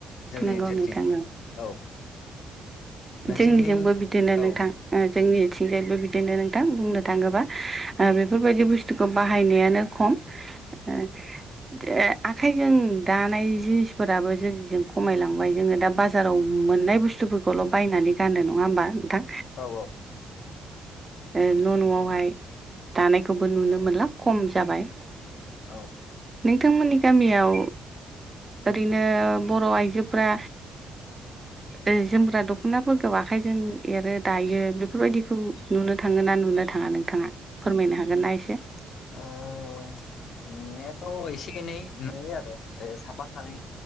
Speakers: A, on the left; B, on the right.
A: जोंनि
B: नंगौ
A: ओनसोलथिं
B: नोंथां
A: औ। नोंसोरनि
B: जोंनिजोंबो बिदिनो
A: औ
B: नोंथां ओ जोंनि थिंजायबो बिदिनो नोंथां बुंनो थाङोबा ओ बेफोरबायदि बुस्थुखौ बाहायनायानो खम। ओ जे आखाइजों दानाय जि फोराबो जोंनिजों खमायलांबाय जोङो दा बाजाराव मोननाय बुस्थुफोरखौल' बायनानै गानो। नङा होमबा नोंथां?
A: औ औ।
B: ओ न' न'वावहाय दानायखौबो नुनो मोनला खम जाबाय।
A: औ।
B: थांमोननि गामियाव ओरैनो बर' आइजोफोरा ओ जोमग्रा दख'नाफोरखौ आखाइजों एरो दायो बेफोरबायदिखौ नुनो थाङो ना नुनो थाङा नोंथाङा फोरमायनो हागोन ना एसे?
A: ओ नुनायाथ' एसे एनै नुयो आरो ओ साफा सानै।